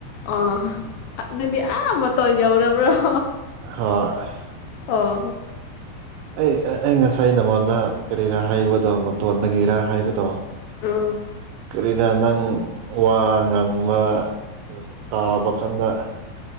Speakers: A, on the left (about 80°); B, on the right (about 80°).
A: ꯑꯣ ꯅꯪꯗꯤ ꯑꯥ ꯃꯇꯣꯟ ꯌꯧꯔꯕ꯭ꯔꯣ <unintelligible>
B: ꯍꯣꯏ
A: ꯑꯣꯍꯣ
B: ꯑꯩ ꯑꯩ ꯉꯁꯥꯏ ꯅꯉꯣꯟꯗ ꯀꯔꯤꯔꯥ ꯍꯥꯏꯕꯗꯣ ꯃꯇꯣꯟꯗꯒꯤꯔ ꯍꯥꯏꯕꯗꯣ
A: ꯎꯝ
B: ꯀꯔꯤꯔꯥ ꯅꯪ ꯋꯥ ꯉꯥꯡꯕ ꯇꯥꯕ ꯀꯥꯟꯗ